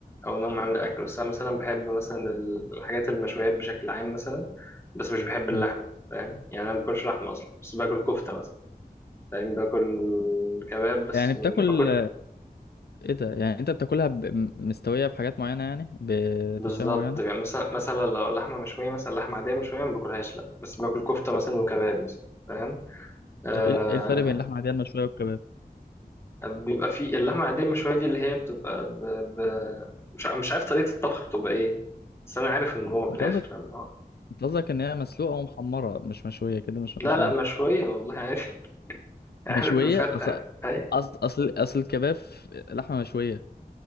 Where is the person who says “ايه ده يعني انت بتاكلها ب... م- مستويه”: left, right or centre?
Left